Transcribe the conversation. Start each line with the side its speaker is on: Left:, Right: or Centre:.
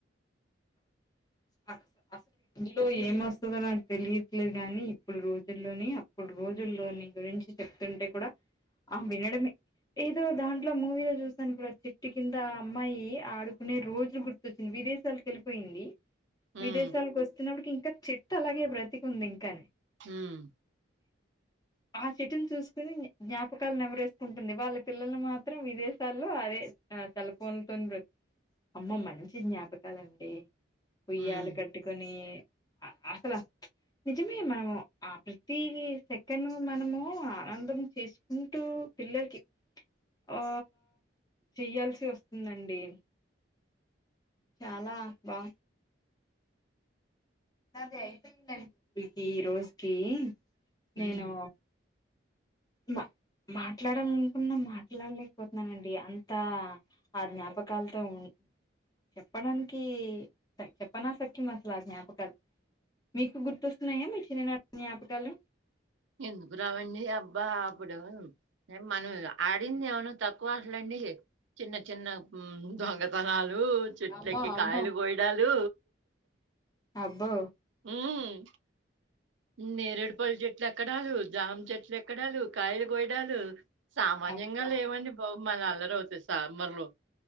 Left: <inaudible> <inaudible> ఎంవస్తుందో నాకు తెలియట్లేదు గాని ఇప్పుడు రోజుల్లోని అప్పుడు రోజుల్లో నీ గురించి చెప్తుంటే కూడా ఆ వినడమే ఏదో దాంట్లో మూవీలో చూసాను కూడా చెట్టు కింద ఆ అమ్మాయి ఆడుకునే రోజులు గుర్తొచ్చినం విదేశాలకు వెళ్ళిపోయింది విదేశాలకు
Right: ఉమ్
Left: వస్తున్నప్పటికి ఇంకా చెట్టు అలాగే బ్రతికి ఉంది ఇంకానే
Right: ఉమ్
Left: ఆ చెట్టుని చూసుకుని జ్ఞాపకాలు నెవరేసుకుంటుంది వాళ్ళ పిల్లలు మాత్రం విదేశాల్లో అదే సెల్లు ఫోన్లతోనీ అమ్మ మంచి జ్ఞాపకాలండి ఉయ్యాలు
Right: ఉమ్
Left: కట్టుకొని అసల నిజమే మనము ఆ ప్రతి సెకండ్ మనము ఆనందం చేసుకుంటూ పిల్లలకి ఆ చెయ్యాల్సి వస్తుందండి చాలా బా నాది అయిపోయిందండి ఈ రోజుకి నేను
Right: ఉమ్
Left: మ మాట్లాడాలనుకున్నా మాట్లాడలేకపోతున్నానండి అంతా ఆ జ్ఞాపకాలతో ఉ చెప్పడానికి చెప్పన సఖ్యం అసలు ఆ జ్ఞాపకాలు మీకు గుర్తొస్తున్నాయా మీ చిన్ననాటి జ్ఞాపకాలు
Right: ఎందుకు రావండి అబ్బా అప్పుడు మనం ఆడింది ఏమనా తక్కువ ఆట్లండి చిన్న చిన్న దొంగతనాలు చెట్లు
Left: అమ్మో
Right: ఎక్కి
Left: అమ్మో
Right: కాయలు కోయడాలు
Left: అబ్బో
Right: ఉమ్ నేరడుపళ్ళ చెట్లు ఎక్కడాలు జామ చెట్లు ఎక్కడాలు కాయలు కోయడాలు సామాన్యంగా
Left: అబ్బా
Right: లేవండి బాబు మన అల్లరవుతే సమ్మర్లో